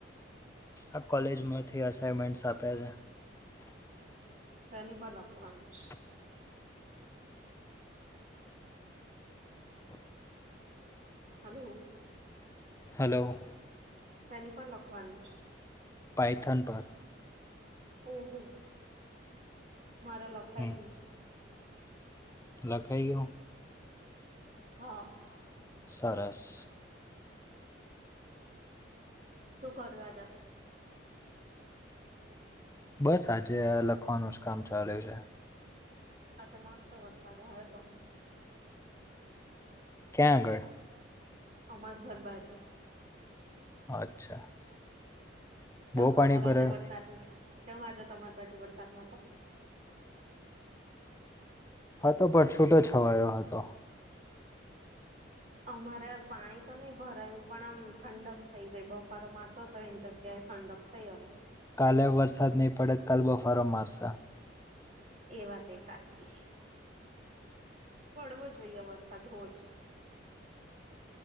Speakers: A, on the left; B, on the right.
A: આ કોલેજમાંથી અસાઇનમેન્ટ્સ આપ્યા છે
B: સેનીપાલ લખવાન છે હલો
A: હલો
B: સનુપ લખવાનું
A: પાઇથન પર
B: ઓહ હો મારા લખાઈ
A: હમ
B: ગયું
A: લખાઈ ગયો
B: હા
A: સરસ
B: શું કરું આજ આપ
A: બસ આજે આ લખવાનું જ કામ ચાલ્યું છે
B: અચ્છા મસ્ત વરસાદ આવ્યો હતો
A: ચ્યા આગળ?
B: અમા ઘર બાજુ
A: અચ્છા
B: કેમ
A: બહુ
B: તમારે
A: પાણી ભરાયું
B: આજે વરસાદ કેમ આજે તમારી બાજુ વરસાદ નો હતો?
A: હતો પણ છૂટો છવાયો હતો.
B: અમારે પાણી તો નહી ભરાયું પણ આમ ઠંડક થઈ ગઈ બફારો મારતો તો એની જગ્યાએ ઠંડક થઇ હવે.
A: કાલે વરસાદ નહીં પડે કાલ બફારો મારશે
B: એ વાત એ સાચી છે પડવો જોઈએ વરસાદ રોજ